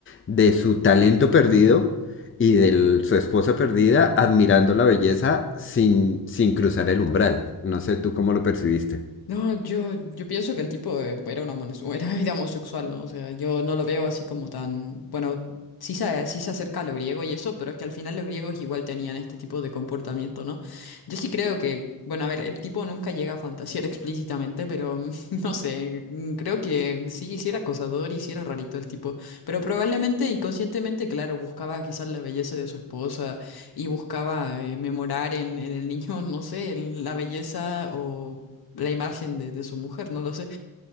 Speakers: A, on the left; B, on the left.
A: de su talento perdido y de su esposa perdida, admirando la belleza sin, sin cruzar el umbral. No sé tú cómo lo percibiste.
B: No, yo, yo pienso que el tipo eh, era un homo- <laughs> era, era homosexual, ¿no? O sea, yo no lo veo así como tan... Bueno, sí se, sí se acerca a lo griego y eso, pero es que al final los griegos igual tenían este tipo de comportamiento, ¿no? Yo sí creo que, bueno, a ver, el tipo nunca llega a fantasear <laughs> explícitamente, pero mm, <laughs> no sé, mm, creo que sí, sí era acosador y sí era rarito el tipo, pero probablemente inconscientemente, claro, buscaba quizás la belleza de su esposa y buscaba eh, memorar en, en el niño, <laughs> no sé, el- la belleza o la imagen de, de su mujer, no lo sé.